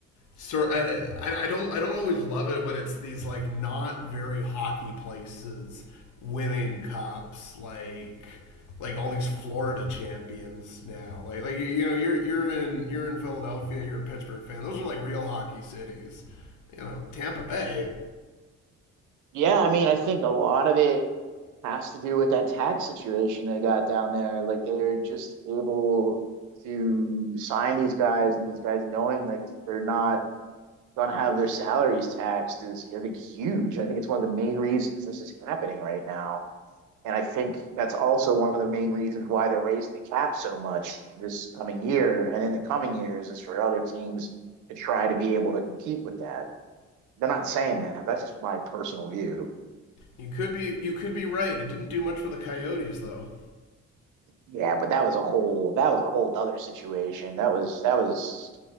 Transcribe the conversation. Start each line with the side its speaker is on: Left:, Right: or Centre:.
Left: sir. I, I I don't I don't always love it when it's these like not very hockey places winning cups. Like like all these Florida champions now. Like like you, you know you're you're in you're in Philadelphia. You're a Pittsburgh fan. Those are like real hockey cities. You know Tampa Bay.
Right: Yeah. I mean, I think a lot of it has to do with that tax situation they got down there. Like they're just able to sign these guys, and these guys knowing that they're not going to have their salaries taxed is I think huge. I think it's one of the main reasons this is happening right now. And I think that's also one of the main reasons why they're raising the cap so much this coming year and in the coming years is for other teams to try to be able to compete with that. They're not saying that. That's just my personal view.
Left: You could be you could be right. It didn't do much for the Coyotes though.
Right: Yeah, but that was a whole that was a whole other situation. That was that was